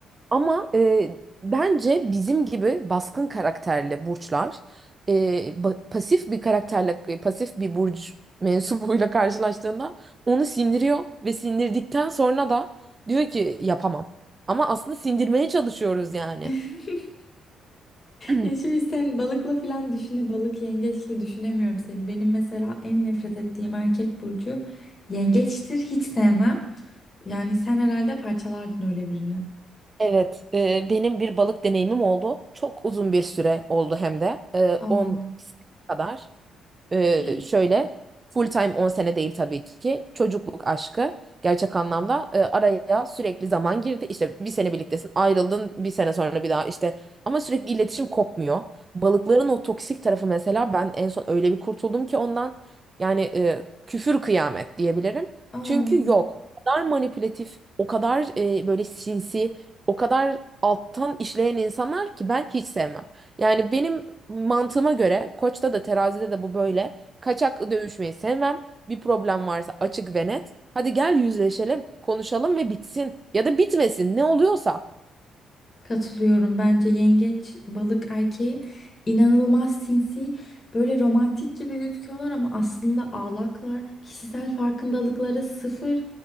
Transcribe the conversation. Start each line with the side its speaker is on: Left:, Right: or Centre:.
Right: Ama e, bence bizim gibi baskın karakterli burçlar e, ba- pasif bir karakterle e, pasif bir burç <laughs> mensubuyla karşılaştığında onu sindiriyor ve sindirdikten sonra da diyor ki yapamam. Ama aslında sindirmeye çalışıyoruz yani.
Left: <laughs>
Right: <clears throat>
Left: Ya şimdi sen balıkla falan düşüne balık yengeçle düşünemiyorum seni. Benim mesela en nefret ettiğim erkek burcu yengeçtir. Hiç sevmem. Yani sen herhalde parçalardın öyle birini.
Right: Evet, e, benim bir balık deneyimim oldu. Çok uzun bir süre oldu hem de. E,
Left: Aa.
Right: 10 sene kadar. Ee,
Left: <gasps> Hii.
Right: şöyle full time 10 sene değil tabii ki. Çocukluk aşkı gerçek anlamda e, araya sürekli zaman girdi. İşte bir sene birliktesin, ayrıldın bir sene sonra bir daha işte ama sürekli iletişim kopmuyor. Balıkların o toksik tarafı mesela ben en son öyle bir kurtuldum ki ondan yani e, küfür kıyamet diyebilirim.
Left: Aa.
Right: Çünkü yok. O kadar manipülatif, o kadar e, böyle sinsi, o kadar alttan işleyen insanlar ki ben hiç sevmem. Yani benim mantığıma göre Koç'ta da terazide de bu böyle. Kaçak dövüşmeyi sevmem. Bir problem varsa açık ve net. Hadi gel yüzleşelim, konuşalım ve bitsin. Ya da bitmesin ne oluyorsa.
Left: Katılıyorum. Bence yengeç, balık erkeği inanılmaz sinsi, böyle romantik gibi gözüküyorlar ama aslında ağlaklar, kişisel farkındalıkları sıfır.